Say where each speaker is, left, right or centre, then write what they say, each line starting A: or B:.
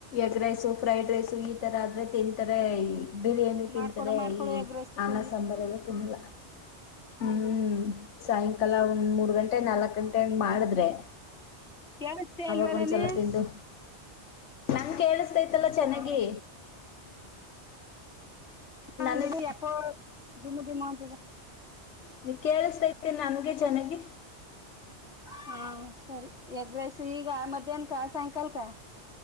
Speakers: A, on the left; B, on the left.
A: ಎಗ್ ರೈಸು ಫ್ರೈಡ್ ರೈಸು ಈ ತರ ಆದ್ರೆ ತಿಂತಾರೆ ಬಿರಿಯಾನಿ
B: ಮಾಡ್ಕೊಡು
A: ತಿಂತಾರೆ
B: ಮಾಡ್ಕೊಡು
A: ಈ.
B: ಎಗ್ ರೈಸ್
A: ಅಣ್ಣ
B: ತಿನ್ಲಿ
A: ಸಾಂಬಾರ್ ಎಲ್ಲಾ ತಿಂದಿಲ್ಲಾ ಹ್ಮ್ ಸಾಯಂಕಾಲ ಒಂದ್ ಮೂರ್ ಗಂಟೆ ನಾಲ್ಕ್ ಗಂಟೆ ಹಂಗ ಮಾಡಿದ್ರೆ
B: ಕೇಳಿಸ್ತಾ
A: ಅವಾಗ
B: ಇಲ್ವಲ್ಲನೆ
A: ಒಂದ್ಸಲ ತಿಂದು ನನಗ ಕೇಳಿಸತೈತಲ್ಲ ಚೆನ್ನಾಗಿ
B: ಹಾ ಹಾ
A: ನನಗ್
B: ನೀವು ಯಾಕೋ ದಮ ದಮ ಅಂತದ
A: ನೀ ಕೇಳಿಸಸ್ತೈತಿ ನನ್ಗೆ ಚೆನ್ನಾಗಿ
B: ಹಾಂ ಸರಿ ಎಗ್ ರೈಸ್ ಈಗ ಮಧ್ಯಾಹ್ನಕ ಸಾಯಂಕಾಲಕ